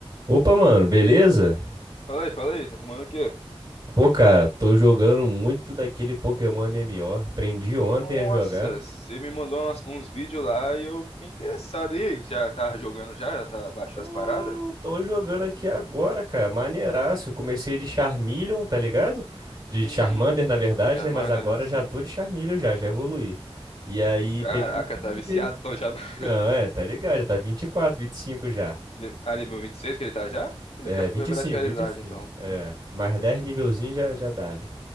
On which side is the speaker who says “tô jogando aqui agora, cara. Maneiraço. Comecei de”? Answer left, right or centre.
Right